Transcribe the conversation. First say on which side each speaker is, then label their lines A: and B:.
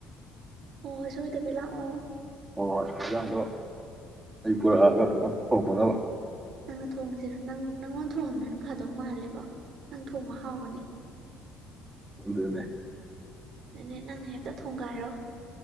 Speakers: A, on the right; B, on the right.
A: ꯑꯣ ꯁꯣꯏꯗꯕꯤ ꯂꯥꯛꯑꯣ
B: ꯍꯣꯏ ꯍꯣꯏ ꯍꯖꯥꯡꯗꯣ ꯑꯩ ꯄꯨꯔꯛꯑꯒ ꯄꯨꯂꯞ ꯊꯣꯡꯅꯅꯕ
A: ꯅꯪꯅ ꯊꯣꯡꯁꯤꯔ ꯅꯪ ꯅꯪꯉꯣꯟꯗ ꯊꯣꯡꯍꯟꯕꯅ ꯐꯗꯧ ꯃꯥꯜꯂꯦꯕ ꯅꯪ ꯊꯣꯡꯕ ꯍꯥꯎꯕꯅꯦ
B: ꯑꯗꯅꯦ
A: ꯑꯗꯨꯅꯦ ꯅꯪꯅ ꯍꯦꯛꯇ ꯊꯣꯡꯒꯥꯏꯔꯣ